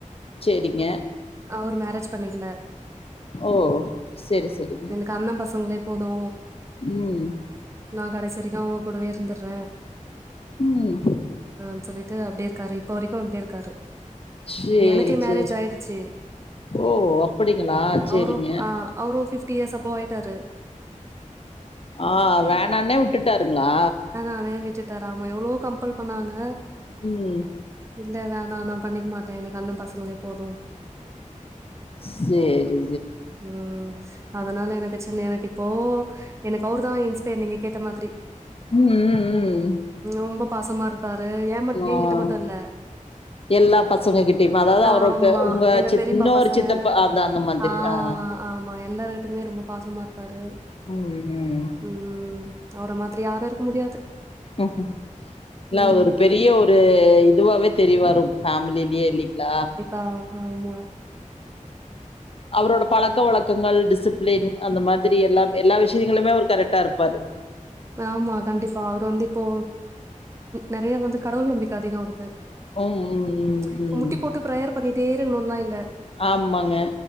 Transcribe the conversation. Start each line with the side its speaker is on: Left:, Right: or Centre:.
Left: சரிங்க.
Right: அவுரு மேரேஜ் பண்ணிக்கில
Left: ஓ சேரி செரிங்க
Right: கண்ண பசங்ளே போது
Left: ம்
Right: நா கடேசி வரிக்கு அவுங்க கூடவே இருந்துற்ற
Left: ம்.
Right: அ சொல்லிட்டு அப்டே இருக்காரு ஒரிக்கு அப்டடே இருக்காரு
Left: சரி,
Right: இப்ப எனக்கே மேரேஜ்
Left: சரி.
Right: ஆயிடுச்சு
Left: ஓ! அப்படிங்களா?
Right: ம்
Left: சரிங்க.
Right: அவுரோப் அ அ அவுரு ஒரு ஃபிஃப்ட்டி இயர்ஸ் அபோ ஆயிட்டாரு
Left: ஆ வேணானே உட்டுட்டாருங்ளா
Right: அ வே விட்டுட்டு ஆமா எவ்ளோ கம்ப்பல் பண்ணாங்க
Left: ம்.
Right: இல்ல வேணா நா பண்ணிக்மாட்டே எனக்கு அண்ண பசங்களே போது
Left: சேரி
Right: ம் அதனால எனக்கு சின்ன எனக்கு இப்போ எனக்கு அவுரு தா இன்ஸ்பைர் நீங்க கேட்ட மாத்ரி
Left: ம் ம் ம்.
Right: நொம்ப பாசமா இருப்பாரு ஏம்ப ஏ
Left: ஆ.
Right: கிட்ட மட்டு இல்ல
Left: எல்லா பசங்க கிட்டயுமே அதாவ்து அவர்
Right: ஆமா
Left: வந்து உங்க
Right: எங்க
Left: சித்
Right: பெரியப்பா
Left: இன்னொரு
Right: பசங்க
Left: சித்தப்பு அந்த அந்த மாதுரி
Right: ஆ
Left: அ
Right: ஆமா எல்லாருகிட்யுமே ரொம்ப பாசமா இருப்பாரு
Left: ம்
Right: ம் அவுர மா ரி யாரு இருக்க முடியாது
Left: ம் இல்ல
Right: ம்
Left: அது ஒரு பெரிய ஒரு இதுவாவே தெரிய்வாரு உங் பேம்லிலியே இல்லிங்ளா
Right: அ ஹாமா
Left: அவுரோட பழக்க வழக்கங்கள் டிசிப்ளின் அந்த மாதுரி எல்லா எல்லா விஷ்யங்களிமே அவுர் கரெக்டா இருப்பாரு
Right: ஆமா கண்டிப்பா அவுரு வந்து இப்போ நெறைய வந்து கடவுள் நம்பிக்க அதிகோ அவுருக்கு
Left: ம் ம் ம்
Right: இப்ப
Left: ம்
Right: முட்டி போட்டு பிரயர் பண்ணிட்டே இருக்குணுன்லா இல்ல
Left: ஆமாங்க